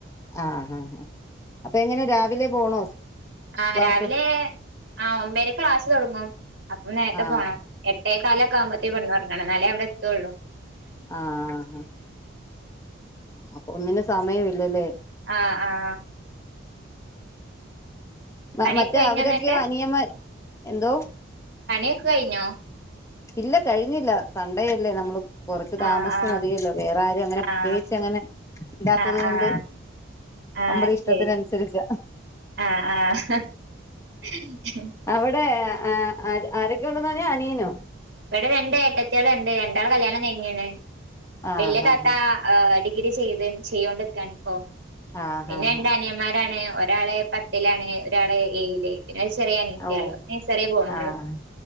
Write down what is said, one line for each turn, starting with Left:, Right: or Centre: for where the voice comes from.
Left: ആഹഹാ അപ്പൊ എങ്ങനെ രാവിലെ പോണോ
Right: ആഹ്
Left: ക്ലാസ്
Right: രാവിലേ ആഹ് ഒമ്പരക്ക് ക്ലാസ്സ് തൊടങ്ങും അപ്പം നേരത്തെ
Left: ആ
Right: പോണം എട്ടേകാലൊക്കെ ആവുമ്പോത്തേ ഇവടെന്നെറങ്ങണം എന്നാലേ അവിടെ എത്തൊള്ളു
Left: ആഹ് അപ്പൊ ഒന്നിനും സമയം ഇല്ലല്ലേ
Right: ആഹ് ആഹ്
Left: മ
Right: പണിയൊക്കെ
Left: മറ്റേ
Right: കഴിഞ്ഞോ
Left: അവരെക്കെയോ
Right: എന്നിട്ട്
Left: അനിയമ്മാര് എന്തോ
Right: പണിയൊക്കെ കഴിഞ്ഞോ
Left: ഇല്ല കഴിഞ്ഞില്ല സണ്ടേയല്ലേ നമ്മള് കുറച്ച് താമസിച്ച്
Right: ആഹ് ആഹ്
Left: മതിയല്ലോ വേറെ ആരും അങ്ങനെ
Right: ആഹ്
Left: പ്രത്യേകിച്ച് അങ്ങനെ ഇല്ലാത്തത്
Right: ആഹ്
Left: കൊണ്ട്
Right: ആഹ്
Left: നമ്മടെ
Right: ആഹ്
Left: ഇഷ്ടത്തിനനുസരിച്ച
Right: ശരി ആഹ് ആഹ് ഉ <unintelligible>
Left: അവിടേ അ അ ആരൊക്കെ ഉണ്ടെന്ന പറഞ്ഞെ അനിയനോ
Right: ഇവിടെ രണ്ട് ഏട്ടത്തിയാളെണ്ട് രണ്ടാൾടെയും കല്യാണം കഴിഞ്ഞേണ്
Left: ആഹ്
Right: വല്യ
Left: ഹാ
Right: താത്ത
Left: ഹാ
Right: ആഹ് ഡിഗ്രി ചെയ്ത് ചെയ്തോണ്ടിക്കാണിപ്പോ
Left: ആഹ്
Right: പിന്നെ
Left: ഹാ
Right: രണ്ടനിയന്മാരാണ്
Left: ഹാ
Right: ഒരാള് പത്തിലാണ് ഒരാള് ഏയില് പിന്നെ അത് ചെറിയനത്തിയാള്ളു
Left: ഓ
Right: നേഴ്സറീ പോണുള്ളൂ
Left: ആഹ്